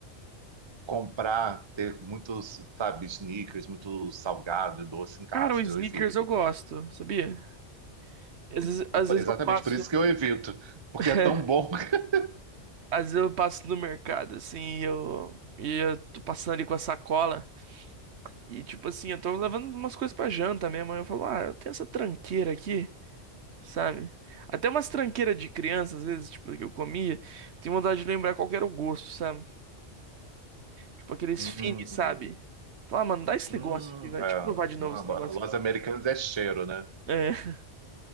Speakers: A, on the right; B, on the right.
A: comprar, ter muitos, sabe, sneakers, muito salgado, e doce em casa,
B: Cara, o Snickers
A: eu evito.
B: eu gosto, sabia? Às vezes, às vezes
A: Exatamente
B: eu passo,
A: por isso que eu evito, porque
B: <laughs>
A: é tão bom. <laughs>
B: às vezes eu passo no mercado, assim, e eu, e eu tô passando ali com a sacola, e tipo assim, eu tô levando umas coisas pra janta mesmo, aí eu falo, ah, eu tenho essa tranqueira aqui, sabe? Até umas tranqueiras de criança, às vezes, tipo, que eu comia, tenho vontade de lembrar qual que era o gosto, sabe? Tipo, aqueles
A: Uhum.
B: fini, sabe? Falar, ah, mano, dá esse
A: Hum,
B: negócio aqui, vai,
A: é.
B: deixa eu provar de
A: Não,
B: novo esse negócio
A: Los
B: aqui.
A: Americanos é cheiro, né?
B: É, <laughs>